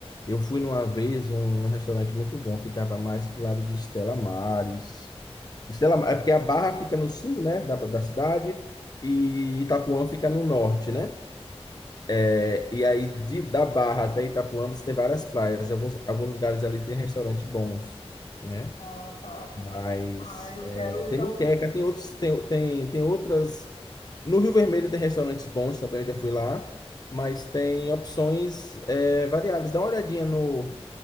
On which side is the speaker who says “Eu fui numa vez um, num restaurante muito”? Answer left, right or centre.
Left